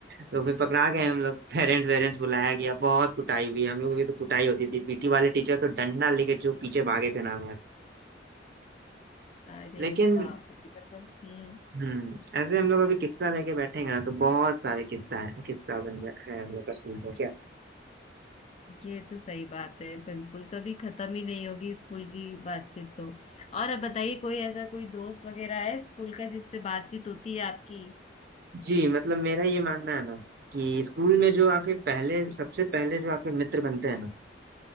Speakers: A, on the right (about 55°); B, on the left (about 35°).
A: तो फिर पकड़ा गए हम लोग पेरेंट्स वेरेंट्स बुलाया गया बहुत कुटाई हुई हम लोगों की तो कुटाई होती थी पीटी वाले टीचर तो डंडा लेके जो पीछे भागे थे ना
B: अरे
A: लेकिन
B: बाप रे मतलब हम्म
A: हम्म ऐसे हम लोग अभी किस्सा लेके बैठेंगे ना तो बहुत सारे किस्सा है किस्सा बन गया है हम लोग का स्कूल में क्या
B: ये तो सही बात है बिल्कुल कभी खत्म ही नहीं होगी स्कूल की बातचीत तो और अब बताइए कोई ऐसा कोई दोस्त वगैरह है स्कूल का जिससे बातचीत होती है आपकी
A: जी मतलब मेरा ये मानना है ना कि स्कूल में जो आपके पहले सबसे पहले जो आपके मित्र बनते हैं ना